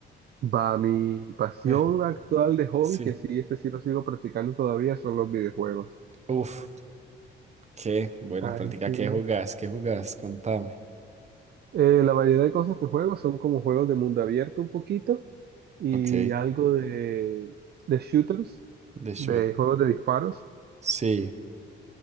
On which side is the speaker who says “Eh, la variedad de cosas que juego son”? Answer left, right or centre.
Right